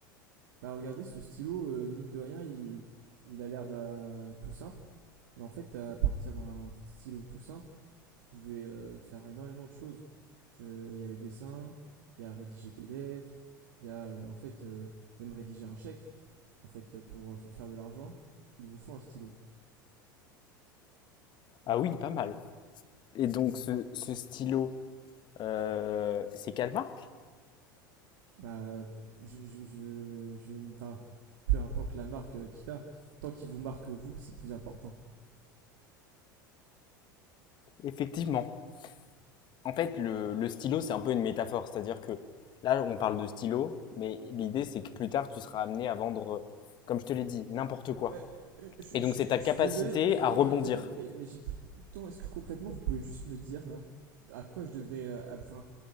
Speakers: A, on the right; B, on the left.
A: Bah regardez, ce stylo, euh, mine de rien, il, il a l'air bah, tout simple. Mais en fait, à partir d'un stylo tout simple, vous pouvez euh, faire énormément de choses. Je- Il y a les dessins, il y a rédiger des lettres, il y a euh, en fait euh, même rédiger un chèque. En fait, euh, pour euh, f- faire de l'argent, il vous faut un stylo.
B: Ah oui, pas mal. Et donc ce, ce stylo, euh, c'est quelle marque?
A: Bah, je, je, je, je- enfin, peu importe la marque euh, qu'il a, tant qu'il vous marque vous, c'est plus important.
B: Effectivement. En fait, le, le stylo, c'est un peu une métaphore. C'est-à-dire que là, on parle de stylo, mais l'idée, c'est que plus tard, tu seras amené à vendre, euh, comme je te l'ai dit, n'importe quoi.
A: Euh, euh, je,
B: Et
A: je
B: donc,
A: suis-
B: c'est ta
A: je
B: capacité
A: suis désolé, je suis
B: à
A: désolé
B: rebondir.
A: de vous interrompre, mais, mais j'ai plus beaucoup de temps. Est-ce que concrètement, vous pouvez juste me dire là à quoi je devrais, euh, à- enfin,